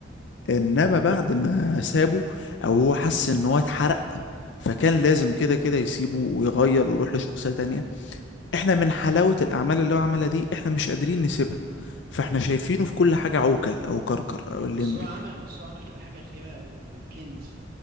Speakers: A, on the left; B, on the right.
A: انما بعد ما سابه او هو حس ان هو اتحرق فكان لازم كده كده يسيبه ويغير ويروح لشخصية تانية احنا من حلاوة الاعمال اللي هو عملها دي احنا مش قادرين نسيبها فاحنا شايفينه في كل حاجة عوكل او كركر او الليمبي
B: بس هو عمل بس هو عمل كده حاجه اخيره ال- الكنز